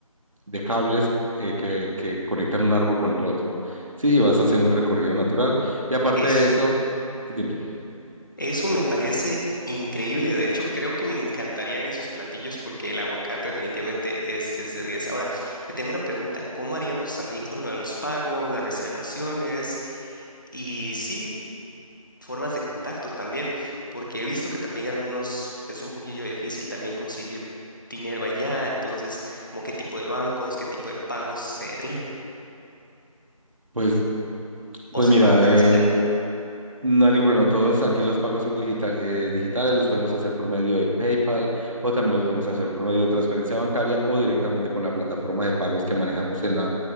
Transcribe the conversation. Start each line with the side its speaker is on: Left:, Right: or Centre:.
Right: de cables eh, que, que conectan un árbol con el otro. Sí, y vas haciendo un recorrido natural. Y aparte
Left: Es
Right: de eso, dime,
Left: Eso me parece increíble. De hecho, creo que me encantarían esos platillos porque el aguacate definitivamente es 10 de 10. Ahora, te tengo una pregunta. ¿Cómo haríamos también con lo de los pagos, las reservaciones y sí, formas de contacto también? Porque he visto que también algunos es un poquillo difícil también conseguir dinero allá. Entonces, como qué tipo de bancos, qué tipo de pagos se harían
Right: pues,
Left: o
Right: pues
Left: se
Right: mira,
Left: paga una
Right: eh,
Left: vez allá.
Right: No hay ningún problema. Todos aquí los pagos son digita- eh, digitales, los podemos hacer por medio de PayPal o también los podemos hacer por medio de transferencia bancaria o directamente con la plataforma de pagos que manejamos en la,